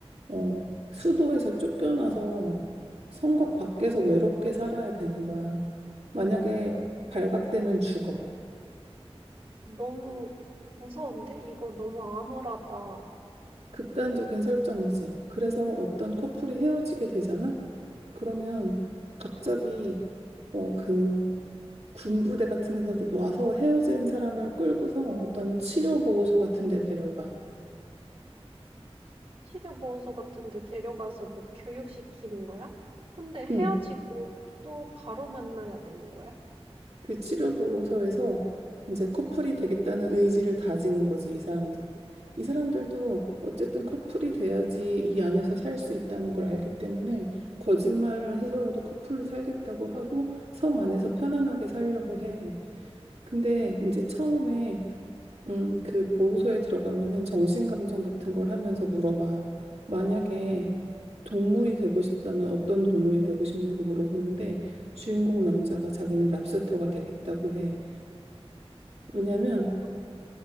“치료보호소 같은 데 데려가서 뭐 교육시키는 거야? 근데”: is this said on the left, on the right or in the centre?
Right